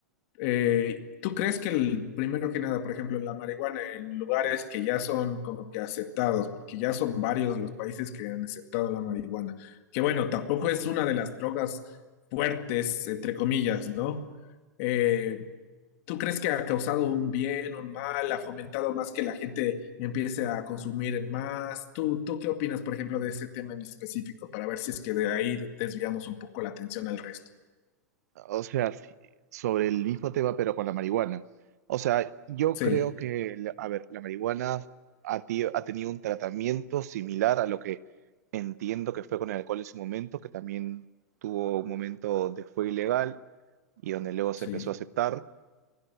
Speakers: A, on the left; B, on the right.
A: eh, ¿tú crees que el, primero que nada, por ejemplo, la marihuana en lugares que ya son como que aceptados, porque ya son varios los países que han aceptado la marihuana, que bueno, tampoco es una de las drogas fuertes, entre comillas, ¿no? Eh, ¿Tú crees que ha causado un bien, un mal, ha fomentado más que la gente empiece a consumir más? ¿Tú, tú qué opinas, por ejemplo, de ese tema en específico para ver si es que de ahí desviamos un poco la atención al resto?
B: O sea, sí, sobre el mismo tema, pero con la marihuana. O sea, yo
A: Sí,
B: creo que, la- a ver, la marihuana ha, ti- ha tenido un tratamiento similar a lo que entiendo que fue con el alcohol en su momento, que también tuvo un momento de fue ilegal y donde luego se
A: sí,
B: empezó a aceptar.